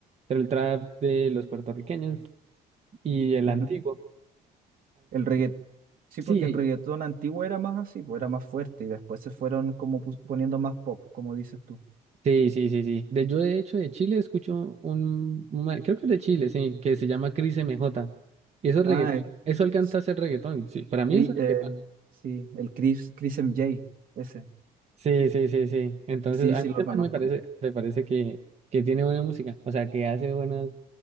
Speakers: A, on the right; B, on the right.
A: pero el trap de los puertorriqueños y el
B: ujú.
A: antiguo.
B: El reggaetón, sí,
A: Sí,
B: porque el reggaetón antiguo era más así, pues era más fuerte y después se fueron como pus- poniendo más pop, como dices tú.
A: sí, sí, sí, sí. De, yo de hecho de Chile escucho un, un man- creo que es de Chile, sí, que se llama Cris MJ. Y eso es reggaetón,
B: Ah, eh,
A: eso alcanza
B: sí,
A: a ser reggaetón, sí. Para mí
B: Cri-
A: eso es
B: eh,
A: reggaetón.
B: sí, el Chris, Chris M J, ese.
A: Sí, sí, sí, sí. Entonces,
B: Sí,
A: a
B: sí
A: mí
B: lo
A: este
B: conozco.
A: man me parece, me parece que, que tiene buena música, o sea, que hace buenas,